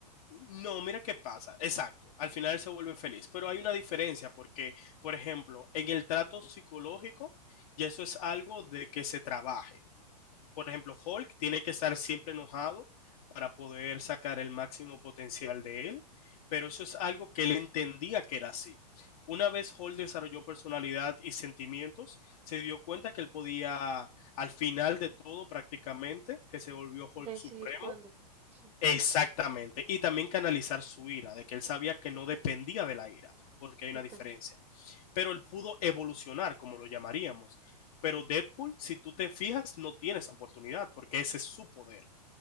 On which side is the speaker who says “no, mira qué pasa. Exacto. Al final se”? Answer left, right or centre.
Left